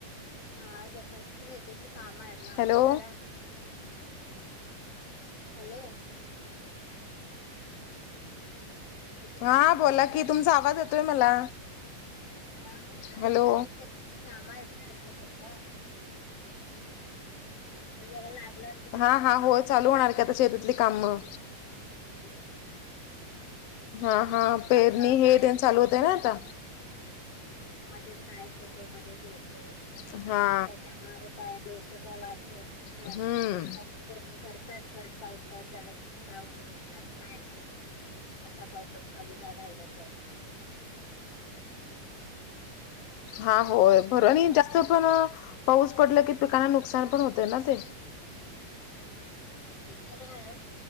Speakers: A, on the left (about 65°); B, on the left (about 80°).
A: हा लोकांची शेतीची काम आहेत ना
B: हॅलो
A: ते जरा हॅलो. हॅलो
B: हा बोला कि तुमचा आवाज येतोय मला.
A: हा मग
B: हॅलो
A: लोकांची शेतीची काम आहेत ना आता सगळं तर जरा लागल असत तर
B: हा
A: जराशी
B: हा
A: काम
B: हो
A: पण
B: चालू होणार
A: झाली
B: की आता
A: असती
B: शेतातली कामं
A: हम्म. पण आसा
B: हा हा
A: पावसा
B: पेरणी
A: आसा
B: हे
A: गायब
B: ते चालू
A: मध्ये
B: होतय ना
A: गायब
B: आता
A: होतोय. मध्येच गायब होतो मध्येच येतो त्याच्यामुळे
B: हा
A: काय लोक <unintelligible>
B: हम्म.
A: पेरणी करतात परत पाऊस गायब झाला की मग काय उगवुन येणार काय असा पाऊस चालू झाला राहिला तर
B: हा होय बरं णि जास्त पण अ पाऊस पडला की पिकांना नुकसान पण होतय ना ते.
A: हो ती तर हाय.